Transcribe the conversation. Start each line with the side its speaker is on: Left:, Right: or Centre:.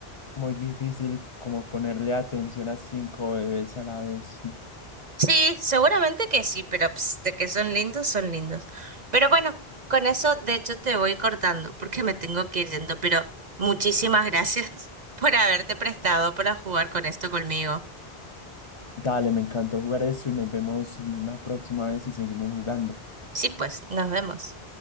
Left: muy difícil como ponerle atención a cinco bebés a la vez.
Right: Sí, seguramente que sí, pero ps, de que son lindos, son lindos. Pero bueno, con eso, de hecho, te voy cortando, porque me tengo que ir yendo, pero muchísimas gracias <laughs> por haberte prestado para jugar con esto conmigo.
Left: Dale, me encantó jugar eso y nos vemos en una próxima vez y seguimos jugando.
Right: Sí, pues, nos vemos.